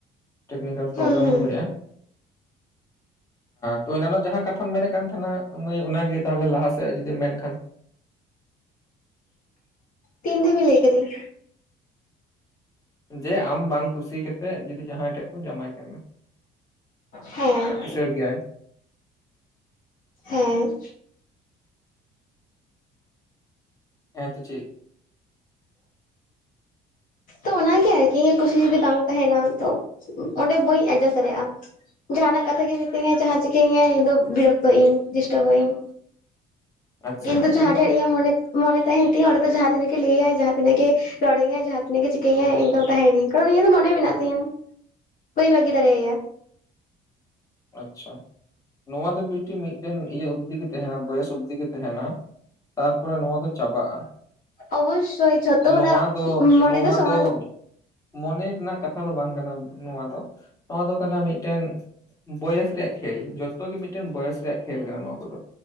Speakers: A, on the left (about 20°); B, on the left (about 55°).
A: ᱴᱮᱠᱱᱤᱠᱮᱞ ᱯᱨᱚᱵᱞᱮᱢ
B: ᱦᱩᱸ ᱦᱩᱸ
A: ᱦᱩᱭ ᱫᱟᱲᱮᱭᱟᱜᱼᱟ᱾ ᱛᱚ ᱮᱱᱟᱱᱚ ᱡᱟᱦᱟᱸ ᱠᱟᱛᱷᱟᱢ ᱢᱮᱱᱮᱜ ᱠᱟᱱ ᱛᱟᱦᱮᱱᱟ, ᱢᱟᱸᱭ ᱚᱱᱟᱜᱮ ᱛᱟᱦᱞᱮ ᱞᱟᱦᱟ ᱥᱮᱫ ᱡᱩᱫᱤ ᱡᱩᱫᱤᱢ ᱢᱮᱱᱠᱷᱟᱱ᱾
B: ᱛᱤᱱ ᱫᱷᱟᱵᱤᱡ ᱞᱟᱹᱭ ᱠᱤᱫᱤᱧ?
A: ᱡᱮ ᱟᱢ ᱵᱟᱝ ᱠᱩᱥᱤ ᱠᱟᱛᱮᱜ ᱡᱩᱫᱤ ᱡᱟᱦᱟᱸᱭ ᱴᱷᱮᱡ ᱠᱚ ᱡᱟᱶᱟᱭ ᱠᱮᱫ ᱢᱮ,
B: ᱦᱮᱸ
A: ᱠᱤᱥᱟᱹᱬ ᱜᱮᱭᱟᱭ᱾
B: ᱦᱮᱸ
A: ᱦᱮᱸ, ᱛᱚ ᱪᱮᱫ?
B: ᱛᱚ ᱚᱱᱟᱜᱮ ᱟᱨᱠᱤ ᱤᱧᱟᱹᱜ ᱠᱩᱥᱤ ᱡᱩᱫᱤ ᱵᱟᱝ ᱛᱟᱦᱮᱱᱟ, ᱛᱚ ᱚᱸᱰᱮ ᱵᱟᱹᱧ ᱮᱰᱡᱟᱥᱴ ᱫᱟᱲᱮᱭᱟᱜᱼᱟ᱾ ᱡᱟᱦᱟᱱᱟᱜ ᱠᱟᱛᱷᱟ ᱜᱮ ᱢᱤᱛᱟᱹᱧᱟᱭ ᱡᱟᱦᱟᱸ ᱪᱤᱠᱟᱹ ᱧᱟᱭ ᱤᱧ ᱫᱚ ᱵᱤᱨᱚᱠᱛᱚ ᱤᱧ ᱰᱤᱥᱴᱟᱵᱼᱚᱜ ᱤᱧ᱾
A: <inaudible>
B: ᱠᱤᱱᱛᱩ
A: ᱤᱧ
B: ᱡᱟᱦᱟᱸᱴᱷᱮᱡ
A: ᱦᱚᱸ
B: ᱤᱧᱟᱹᱜ ᱢᱚᱱᱮ ᱢᱚᱱᱮ ᱛᱟᱦᱮᱱ ᱛᱤᱧᱟ ᱚᱸᱰᱮ ᱫᱚ ᱡᱟᱦᱟ ᱛᱤᱱᱟᱹᱜ ᱜᱮ ᱞᱟᱹᱭᱼᱟᱭ ᱡᱟᱦᱟᱸ ᱛᱤᱱᱟᱹᱜ ᱜᱮ ᱨᱚᱲ ᱤᱧᱼᱟᱭ ᱡᱟᱦᱟᱸ ᱛᱤᱱᱟᱹᱜ ᱜᱮ ᱪᱤᱠ ᱛᱤᱟᱭ, ᱤᱧ ᱫᱚ ᱛᱟᱦᱮᱸᱱᱟᱹᱧ, ᱠᱟᱨᱚᱱ ᱤᱧ ᱫᱚ ᱢᱚᱱᱮ ᱢᱮᱱᱟᱜ ᱛᱤᱧᱟᱹ, ᱵᱟᱹᱧ ᱵᱷᱟᱹᱜᱤ ᱫᱟᱲᱮᱟᱭᱟ᱾
A: ᱟᱪᱪᱷᱟ, ᱱᱚᱣᱟ ᱫᱚ ᱵᱤᱴᱤ ᱢᱤᱫᱴᱮᱱ ᱤᱭᱟᱹ ᱚᱵᱽᱫᱤᱜ ᱛᱟᱦᱮᱱᱟ ᱵᱚᱭᱮᱥ ᱚᱵᱫᱤᱜᱤ ᱛᱟᱦᱮᱱᱟ᱾ ᱛᱟᱨᱯᱚᱨᱮ ᱱᱚᱣᱟ ᱫᱚ ᱪᱟᱵᱟᱜᱼᱟ,
B: ᱚᱵᱚᱥᱥᱳᱭ ᱡᱷᱚᱛᱚ
A: ᱱᱚᱣᱟ
B: ᱦᱚᱲᱟᱜ
A: ᱫᱚ,
B: ᱢᱚᱱᱮ
A: ᱱᱚᱣᱟ
B: ᱥᱚᱢᱟᱱ
A: ᱫᱚ ᱢᱚᱱᱮ ᱨᱮᱱᱟᱜ ᱠᱟᱛᱷᱟ ᱫᱚ ᱵᱟᱝ ᱠᱟᱱᱟ ᱱᱚᱣᱟ ᱫᱚ, ᱱᱚᱣᱟ ᱫᱚ ᱠᱟᱱᱟ ᱢᱤᱫᱴᱮᱱ ᱵᱚᱭᱮᱥ ᱨᱮᱭᱟᱜ ᱠᱷᱮᱞ, ᱡᱚᱛᱚ ᱜᱮ ᱢᱤᱫᱴᱮᱱ ᱵᱚᱭᱮᱥ ᱨᱮᱭᱟᱜ ᱠᱷᱮᱞ ᱠᱟᱱᱟ ᱱᱚᱣᱟ ᱠᱚᱫᱚ᱾